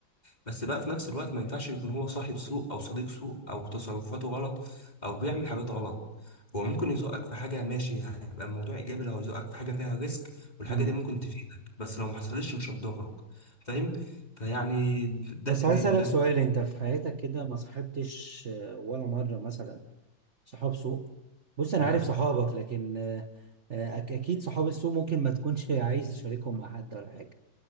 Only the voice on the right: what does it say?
مم.
بس
عايز أسألك
سؤال أنت في حياتك كده ما صاحبتش آه، ولا مرة مثلا صحاب سوء بص أنا
عارف صحابك لكن آه، آه، أك- أكيد صحاب السوء ممكن ما تكونش عايز تشاركهم مع حد ولا حاجة